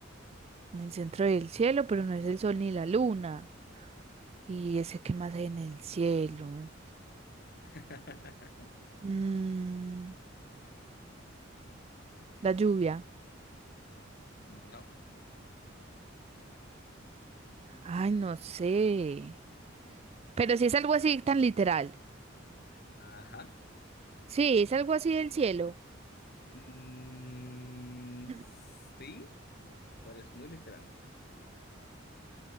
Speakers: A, on the right; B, on the left.
A: En el centro del cielo, pero no es el sol ni la luna. ¿Y ese qué más hay en el cielo?
B: <laughs>
A: Mm, la lluvia.
B: No.
A: Ay, no sé. Pero si es algo así tan literal.
B: Ajá.
A: Sí, es algo así del cielo.
B: Mm,
A: <clears throat>
B: sí, pero es muy literal.